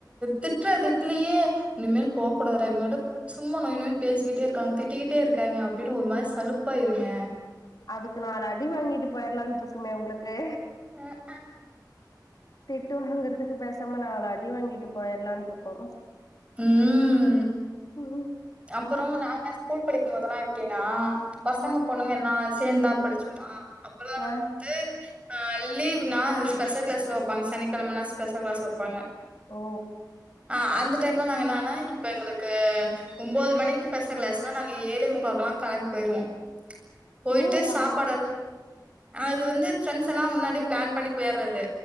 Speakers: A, on the right (about 15°); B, on the left (about 55°).
A: திட்ற திட்லயே இனிமேல் போக் கூடாதுடா இவனோட சும்மா நொய் நொய்ன்னு பேசிக்கிட்டே இருக்காங்க திட்டிக்கிட்டே இருக்காய்ங்க அப்டின் ஒரு மாரி சலுப்பாயிருங்க
B: அதுக்கு நாலு அடி வாங்கிட்டு போயிற்லான்டு இருக்குமே உங்களுக்கு
A: ம ஆ
B: திட்டு வாங்குறதுக்கு பேசாம நாலு அடி வாங்கிட்டு போயிற்லான்ட்ருக்கு
A: ம்
B: ம் ஹூ
A: அப்பற நாங்க ஸ்கூல் படிக்குபோதெல்லா எப்டின்னா பசங்க
B: ம்
A: பொண்ணுங்க எல்லா சேந்தா படிச்சமா அப்ற
B: அ ம்
A: து ஆ லீவ்னா ஸ்பெஷல் கிளாஸலா வப்பாங்க சனிக்கிழமைனா ஸ்பெஷல் கிளாஸ் வப்பாங்க
B: ஓ
A: அ அந்த டைம்ல நாங்க என்னனா இப்ப எங்களுக்கு ஒம்பொது மணிக்கு ஸ்பெஷல் கிளாஸ்னா நாங்க ஏழே முக்காவுக்கெல்லா கெளம்பி போயிருவோ போய்ட்டு
B: ஏங்க
A: சாப்பாடு
B: அவ்ளோ
A: எல்லா அது வந்து ஃப்ரெண்ட்ஸ் எல்லா முன்னாடியே பிளான் பண்ணி போய்ட்றது